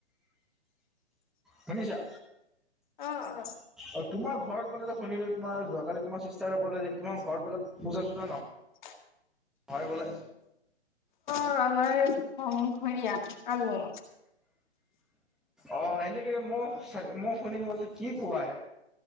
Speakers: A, in the centre; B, on the left (about 45°).
A: শুনিছা?
B: অ', অ'।
A: অ', তোমাৰ ঘৰত বলে শুনিলো তোমাৰ যোৱাকালি তোমাৰ চিষ্টাৰে ক'লে যে তোমাৰ ঘৰত বোলে পূজা চুজা ন
B: <inaudible>
A: হয় বোলে।
B: অ', আমাৰ সংঘৰীয়া আমি।
A: অ', সেনেকে ম ম শুনিব কি কোৱা হে।